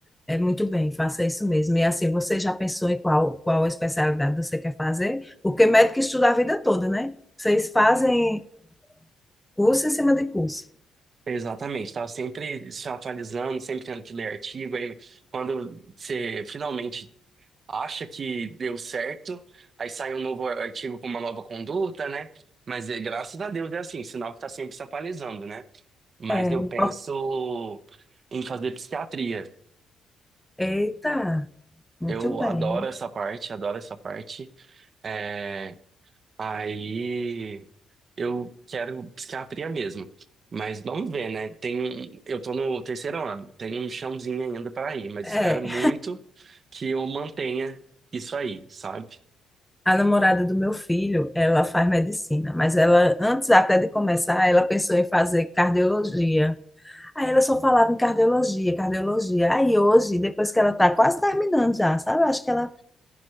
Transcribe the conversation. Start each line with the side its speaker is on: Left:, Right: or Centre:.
Centre: É muito bem, faça isso mesmo. E assim, você já pensou em qual, qual especialidade você quer fazer? Porque médico estuda a vida toda, né? Vocês fazem curso em cima de curso.
Right: Exatamente, estava sempre se atualizando, sempre tendo que ler artigo. Aí, quando você finalmente acha que deu certo, aí sai um novo artigo com uma nova conduta, né? Mas eh, graças a Deus é assim, sinal que está sempre se atualizando, né? Mas
Centre: É,
Right: eu penso em fazer psiquiatria.
Centre: Eita, muito
Right: Eu
Centre: bem.
Right: adoro essa parte, adoro essa parte. eh, Aí eu quero psiquiatria mesmo. Mas vamos ver, né? Tem, um- eu tô no terceiro ano, tem um chãozinho ainda para ir, mas
Centre: É,
Right: espero muito que eu mantenha isso aí, sabe?
Centre: a namorada do meu filho, ela faz medicina, mas ela, antes até de começar, ela pensou em fazer cardiologia. Aí ela só falava em cardiologia, cardiologia. Aí hoje, depois que ela tá quase terminando já, sabe? Eu Acho que ela,